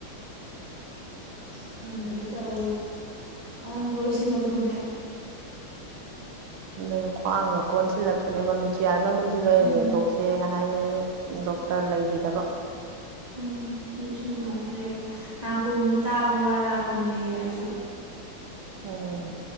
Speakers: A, on the right; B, on the right.
A: ꯑꯁ ꯈꯪꯗ꯭ꯔꯦ ꯇꯧꯔꯤꯁꯦ ꯑꯍꯟꯁꯨ ꯑꯣꯏꯁꯤꯜꯂꯛꯄꯅꯦ
B: ꯑꯗꯨꯅꯦ ꯈ꯭ꯋꯥꯡꯅ ꯀꯣꯟꯁꯤꯜꯂꯛꯄꯅꯦ ꯃꯃꯤꯠꯁꯨ ꯌꯥꯔꯦ ꯃꯃꯤꯠꯇꯨꯁꯨ ꯑꯩꯅ
A: ꯎꯝ
B: ꯌꯦꯡꯊꯣꯛꯁꯦꯅ ꯍꯥꯏꯕ ꯑꯗꯨꯅꯦꯗꯨꯝ ꯗꯣꯛꯇꯔ ꯂꯩꯒꯤꯗꯕ
A: ꯎꯝ ꯃꯤꯠꯁꯨ ꯅꯨꯡꯉꯥꯏꯇ꯭ꯔꯦ ꯅꯥꯀꯣꯡꯁꯨ ꯇꯥꯕ ꯋꯥꯔꯛꯑꯕꯅꯦ ꯌꯥꯏꯁꯨ
B: ꯎꯝ